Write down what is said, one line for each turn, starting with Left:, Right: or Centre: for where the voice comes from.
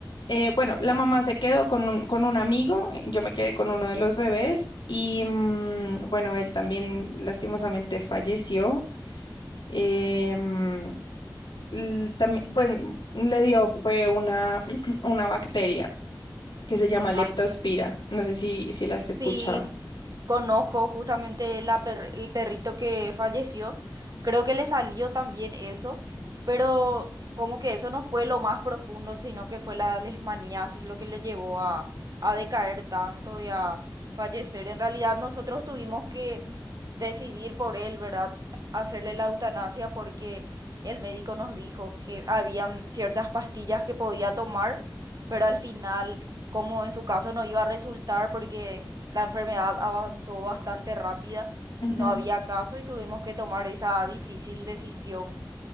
Left: Eh, bueno, la mamá se quedó con un, con un amigo, eh, yo me quedé con uno de los bebés y mm, bueno, él también lastimosamente falleció. Eh, mm, l- también, pues mm, le dio fue una, <clears throat> una bacteria que se llama Leptospira.
Right: Ah, ya me alegro.
Left: No sé si, si las
Right: Sí,
Left: escuchaba.
Right: Conozco justamente la per- el perrito que falleció. Creo que le salió también eso, pero como que eso no fue lo más profundo, sino que fue la leishmaniasis lo que le llevó a, a decaer tanto y a fallecer. En realidad nosotros tuvimos que decidir por él, ¿verdad? Hacerle la eutanasia porque el médico nos dijo que habían ciertas pastillas que podía tomar, pero al final como en su caso no iba a resultar porque la enfermedad avanzó bastante rápida,
Left: Ujú,
Right: no había caso y tuvimos que tomar esa difícil decisión.